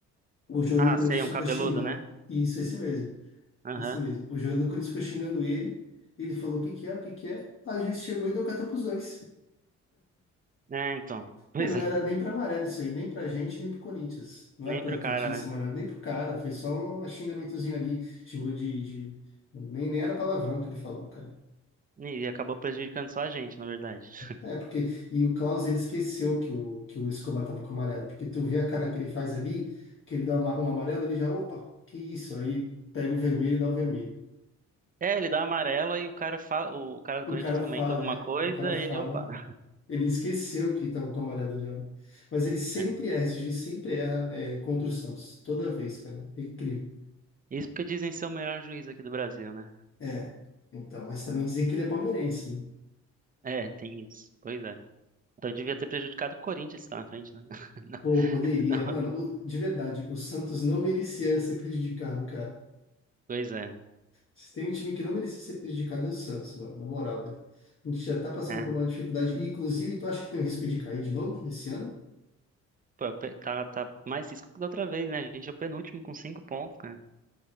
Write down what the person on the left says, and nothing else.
O jogador
do Corinthians
ficou
xingando.
E isso, esse mesmo.
Esse mesmo. O jogador do Corinthians ficou xingando ele. Ele falou: o que que é, o que que é? Aí o juiz chegou e deu carta pros dois.
Mano,
não era nem pra amarelo isso aí, nem pra gente, nem pro Corinthians. Não
era pra
ter
tido esse amarelo,
nem pro cara. Foi só um xingamentozinho ali. Xingou de, de- Nem, nem era palavrão que ele falou, cara.
É, porque. E o Klaus, ele esqueceu que o, que o Escobar tava com amarelo. Porque tu vê a cara que ele faz ali, que ele dá uma- um amarelo, ele já, opa, que isso? Aí ele pega o vermelho e dá o vermelho.
O
cara
fala,
é.
O cara fala.
Ele esqueceu que tava com amarelo já. né? Mas ele sempre
erra, esse juiz sempre erra é, contra o Santos. Toda vez, cara. É incrível.
É, então, mas também dizem que ele é palmeirense, né?
Pô, poderia.
Mano, o- de verdade, o Santos não merecia ser prejudicado, cara.
Se tem um time que não merecia ser prejudicado, é o Santos, mano, na moral, velho. A gente já tá passando
por uma dificuldade. E, inclusive, tu acha que tem um risco de cair de novo esse ano?